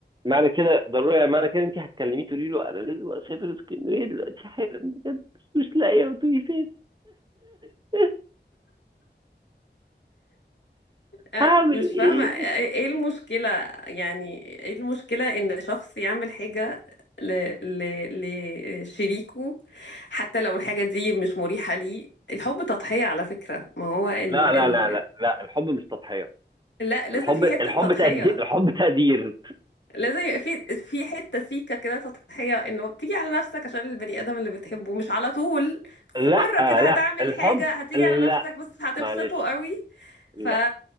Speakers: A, on the right; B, on the left.
A: معنى كده ضروري معنى كده انت هتكلميه تقولي له انا لازم اسافر اسكندريه دلوقتي حالا بجد مش لاقيه اتوبيسات <laughs>
B: أه،
A: هعمل
B: مش
A: ايه؟
B: فاهمة أه، ايه المشكلة يعني ايه المشكلة ان شخص يعمل حاجة ل... ل... لشريكه حتى لو الحاجة دي مش مريحة ليه الحب تضحية على فكرة ما هو ال...
A: لا لا
B: ال...
A: لا لا لا الحب مش تضحيه
B: لا لازم
A: الحب
B: في
A: الحب
B: حتة تضحية
A: تقدير الحب تقدير
B: لازم يبقى في في حتة سيكة كده تضحية انه بتيجي على نفسك عشان البني آدم اللي بتحبه مش على طول بس
A: لا
B: مرة كده
A: لا
B: هتعمل
A: الحب
B: حاجة هتيجي
A: لا
B: على نفسك بس هتبسطه
A: معلش
B: قوي
A: لا
B: ف...